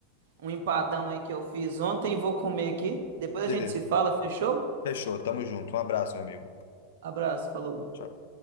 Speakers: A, on the right; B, on the left.
A: um empadão aí que eu fiz ontem. Vou comer aqui. Depois a
B: Beleza.
A: gente se fala, fechou?
B: Fechou. Tamo junto. Um abraço, meu amigo.
A: Abraço, falou.
B: Tchau.